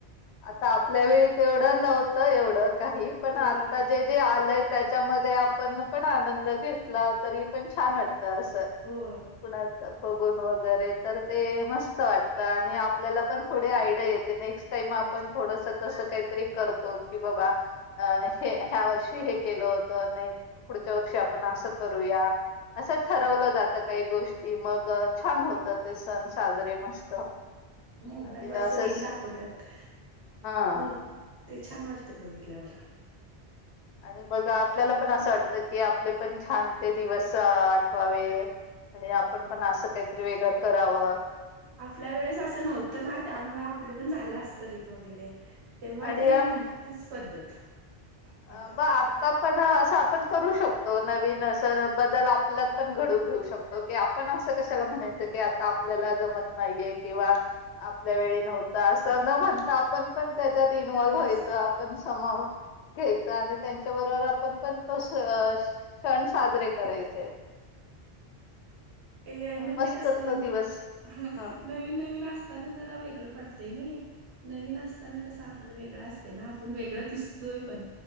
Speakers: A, on the left; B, on the right.
A: आता आपल्या वेळी तेवढं नव्हतं एवढं काही
B: होय
A: पण आता जे जे आलंय त्याच्यामध्ये आपण पण आनंद घेतला तरी पण छान वाटत असं.
B: हो.
A: कणाच बघून वगैरे तर ते मस्त वाटत आणि आपल्याला पण थोडी आयडिया येते नेक्स्ट टाईम आपण थोडस तसं काही तरी करतो की बाबा अ हे ह्या वर्षी हे केलं होतं नाही पुढच्या वर्षी आपण असं करूया. असं ठरवलं जातं काही गोष्टी मग छान होतं ते सण साजरे मस्त
B: मोबाईल
A: आणि
B: वरच
A: असंच
B: रीलील दाखवतात
A: हा
B: मो ते छान वाटते बघितल्यावर
A: आणि मग आपल्याला पण असं वाटतं की आपले पण छान ते दिवस आठवावे. आणि आपण पण असं काहीतरी वेगळं करावं.
B: आपल्या वेळेस असं नव्हतं ना त्यामु आपले पण झालं असत रील वगैरे तेव्हा
A: आणि
B: ते नव्हतेच पद्धत
A: अ
B: आता
A: मग
B: कसं
A: आत्ता पण असं आपण करू शकतो नवीन असं बदल आपल्यात पण घडू घेऊ शकतो. क आपण असं कशाला म्हणायचं की आता आपल्याला जमत नाहीये. किंवा आपल्या वेळी नव्हत असं न म्हणता आपण पण त्याच्यात इन्वॉल्व्ह
B: करायच
A: व्हायचं. पण समावून घ्यायच आणि त्यांच्या बरोबर आपण पण त. क्षण साजरे करायचे.
B: ए म्हणजे
A: मस्त
B: कस
A: तो
B: नवीन
A: दिवस हा
B: नवीन असत. ना जरा वेगळं पडते नाही. नवीन असताना कसं आपलं वेगळं असत ना आपण वेगळं दिसतोय पण.